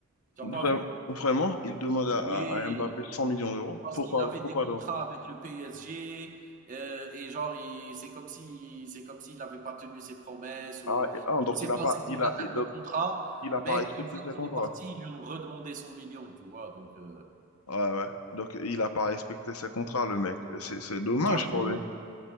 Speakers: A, on the right (about 35°); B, on the left (about 80°).
A: €. Tu as pas
B: Vra-
A: vu?
B: Vraiment, il demande à,
A: Oui.
B: à- à Mbappé 100 millions d'euros.
A: Parce
B: Pourquoi,
A: qu'il avait des
B: pourquoi donc?
A: contrats avec le PSG euh, et genre il c'est comme si c'est comme s'il avait pas tenu ses promesses ou
B: Ah, et- ah,
A: je
B: donc
A: ne sais
B: il a
A: pas,
B: pas,
A: c'était
B: il
A: une
B: a,
A: affaire
B: il- donc,
A: de contrat,
B: il a
A: mais
B: pas respecté
A: une fois
B: ses
A: qu'il
B: contrats.
A: est parti, ils lui ont redemandé son million tu vois? Donc heu,
B: Ouais, ouais. Donc il a pas respecté ses contrats, le mec. C'est, c'est dommage
A: tu
B: pour
A: vu
B: lui.